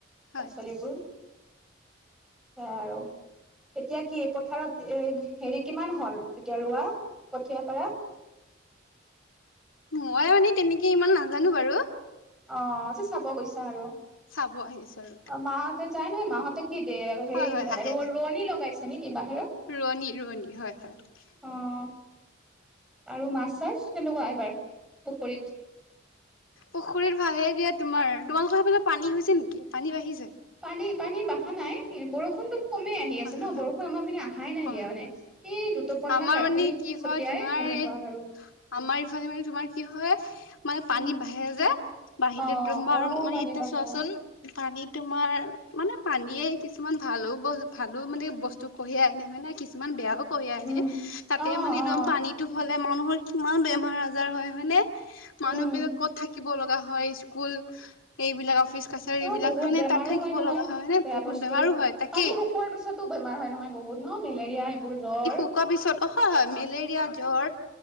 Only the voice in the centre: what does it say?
পাচলিবোৰ সেয়া আৰু। এতিয়া কি পথাৰত এ হেৰি কিমান হ'ল, এতিয়া ৰোৱা কঠিয়া পাৰা?
অ', আজি চাব গৈছা আৰু।
অ', মাহঁতে যাই নে মাহঁতে কি দে হেৰি
ৰ-ৰোৱনী
লগাইছে নেকি বাহিৰ
অ', আৰু মাছ-চাছ কেনেকুৱা এইবাৰ পুখুৰীত?
পানী পানী বাহা নাই, বৰষুণটো কমেই আহি
আছে ন'
বৰষুন আমাৰ পিনে অহাই নাই
দিয়া
মানে, এই দুটোপাল
মান ৰাতি
ছতিয়াই
সেনেকুৱা
আৰু।
উম
অ
অ
পানী
বাঢ়া
উম
অ
অ
উম
অ বহুত
বেমাৰো
হয় নহয়
বেয়া
বস্তু
পানী শুকোৱাৰ পিছতো বেমাৰ হয় নহয় বহুত ন' মেলেৰিয়া এইবোৰ জ্বৰ?